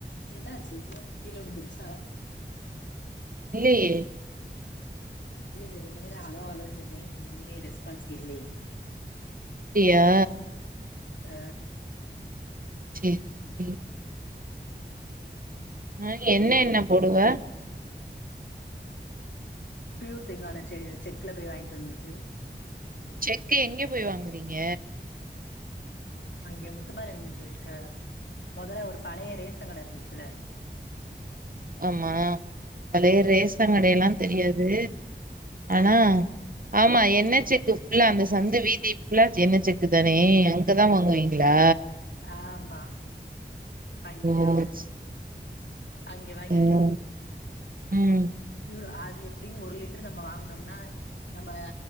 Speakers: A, on the left; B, on the right.
A: என்னா ஆச்சு ஃபோன் கீழ விழுந்துருச்சா
B: இல்லயே
A: இல்லயே ரொம்ப நேரொ அலோ அலோன் சொன்னே ஒண்ணுமே ரெஸ்பான்ஸ் இல்லயே
B: ப்டியா
A: ஆ
B: சே <inaudible> ஆ என்ன எண்ண போடுவ
A: ப்யூர் தேங்காண சே செக்ல போய் வாய்ன்ட்டு வந்துட்டு
B: செக்க எங்க போய் வாங்குறீங்க
A: அங்க முத்து மாரியன் கோயில்ட்ட மொதல்ல ஒரு பழைய ரேஸ் ஷங் கட இருந்துச்சுல
B: ஆமா பழைய ரேசன் கடயெல்லா தெரியாது ஆனா
A: ஆ
B: ஆமா எண்ண செக்கு ஃபுல்லா அந்த சந்து வீதி ஃபுல்லா ச எண்ண செக்கு தானே அங்க தா வாங்குவீங்களா
A: ஆமா அங்கெதா
B: ஓ
A: வாங்குவோ அங்கெ வாங்கிட்டு
B: ம் ம்
A: ப்யூர் ஆ எப்டியு ஒரு லிட்டர் நம்ம வாங்குனோம்னா நம்ம